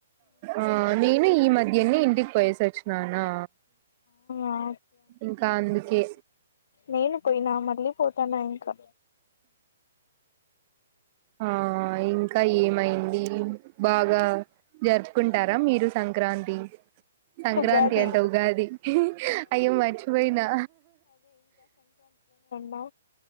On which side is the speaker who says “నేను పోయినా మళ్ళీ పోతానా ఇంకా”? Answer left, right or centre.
Left